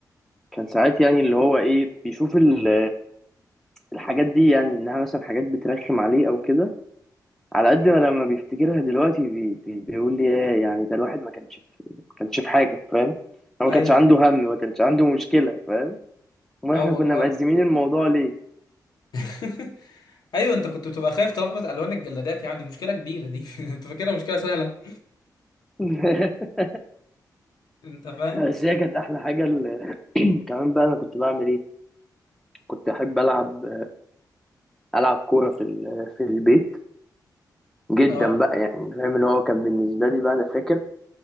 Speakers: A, in the centre; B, on the left.
A: كان ساعات يعني اللي هو ايه بيشوف ال- الحاجات دي يعني انها مثلا حاجات بترخم عليه او كده على قد ما لما بيفتكرها دلوقتي بي بي بيقول لي ايه يعني ده الواحد ما كانش في ما كانش في حاجه فاهم هو ما
B: ايوه
A: كانش عنده هم ما كانش عنده مشكله فاهم ما
B: اه
A: احنا
B: والله
A: كنا مقزمين الموضوع ليه
B: <laughs> ايوه انت كنت بتبقى خايف تلخبط الوان الجلادات يعني دي مشكله كبيره دي <laughs> انت فاكرها مشكله سهله
A: <laughs>
B: انت فاهم
A: بس هي كانت احلى حاجه ال- <clears throat> كمان بقى انا كنت بعمل ايه كنت احب العب العب كوره في ال- في البيت جدا
B: اه
A: بقى يعني فاهم اللي هو كان بالنسبه لي بقى انا فاكر